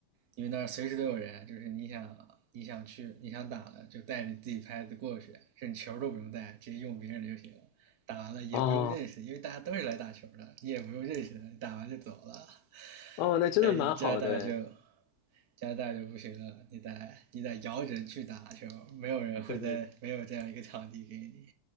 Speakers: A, on the right; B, on the left.
A: 因为那儿随时都有人，就是你想你想去你想打了就带着自己拍子过去，甚至球都不用带，直接用别人的就行了。打完了也不用认识，
B: 哦
A: 因为大家都是来打球的，你也不用认识的，你打完就走了。<laughs>
B: 哦，那真的蛮好的，
A: 在加拿大就加拿大就不行了，你得你得摇人去打球，没有人会在没有这样一个场地给你
B: 对对